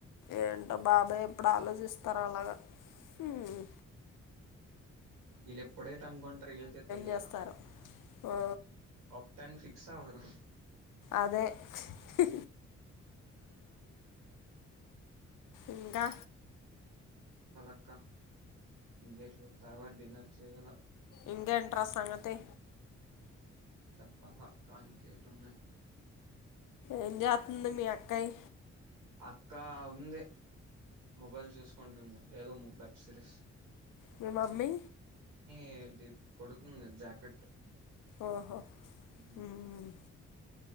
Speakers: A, on the left; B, on the right.
A: ఏంటో బాబాయ్ ఎప్పుడు ఆలోచిస్తారు అలాగా హు
B: ఇల్లు ఎప్పుడు ఏటి అనుకుంటారో ఇళ్ళకే తెలియాలా
A: చేస్తారు ఆ,
B: అప్టానికి ఫిక్స్ అవ్వరు హూ
A: అదే హు ఇంకా
B: చెప్పాలా అక్క ఇంకేంటి తరువాత డిన్నర్ చెయ్యాలా
A: ఇంకేంటి రా సంగతి
B: చెప్పాల అక్క ఇంకేటి ఉంది
A: ఎం చేస్తాంది మీ అక్క యి
B: అక్క ఉంది మొబైల్ చూసుకుంటుంది ఏదో వెబ్ సిరీస్
A: మీ మమ్మీ
B: ఏ ది కొడుతుంది జాకెట్
A: ఓహో
B: ఉహు
A: ఉమ్,